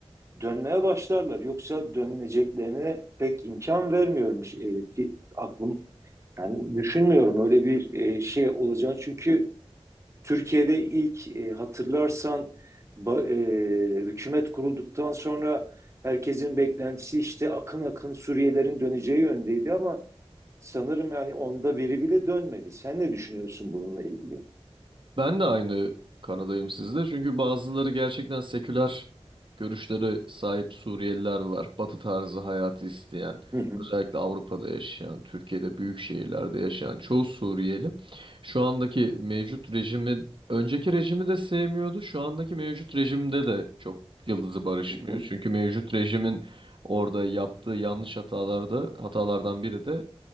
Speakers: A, on the right; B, on the right.
A: dönmeye başlarlar. Yoksa dönmeyeceklerine pek imkan vermiyorum. Şey, E, aklım yani düşünmüyorum öyle bir e, şey olacağını. Çünkü Türkiye'de ilk e, hatırlarsan ba- e, hükümet kurulduktan sonra herkesin beklentisi işte akın akın Suriyelerin döneceği yöndeydi ama sanırım yani onda biri bile dönmedi. Sen ne düşünüyorsun bununla ilgili?
B: Ben de aynı kanadayım sizde. Çünkü bazıları gerçekten seküler görüşlere sahip Suriyeliler var. Batı tarzı hayatı isteyen,
A: Hı hı,
B: özellikle Avrupa'da yaşayan, Türkiye'de büyük şehirlerde yaşayan çoğu Suriyeli şu andaki mevcut rejimi, önceki rejimi de sevmiyordu. Şu andaki mevcut rejimde de çok yıldızı barışmıyor.
A: hı hı,
B: Çünkü mevcut rejimin orada yaptığı yanlış hatalarda hatalardan biri de